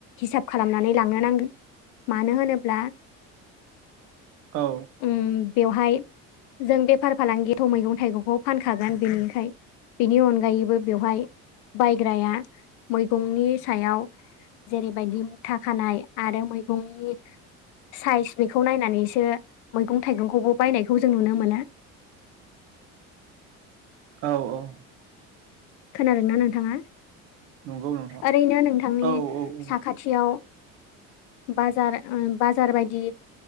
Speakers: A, on the left (about 70°); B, on the right (about 50°).
A: हिसाब खालामनानै लांनो नांगोन मानो होनोब्ला
B: औ
A: उम बेवहाय जों बेफार फालांगि थ' मैगं थाइगंखौ फानखागोन बेनिखाय बेनि अनगायैबो बेवहाय बायग्राया मैगंनि सायाव जेरैबायदि मुथा खानाय आरो मैगंनि साइज बेखौ नायनानैसो मैगं थाइगंखौबो बायनायखौ जों नुनो मोना
B: औ औ
A: खोनादोंना नोंथाङा
B: नंगौ नोंथां
A: ओरैनो नोंथांनि
B: औ औ औ
A: साखाथि खाथियाव बाजार बाजार बायदि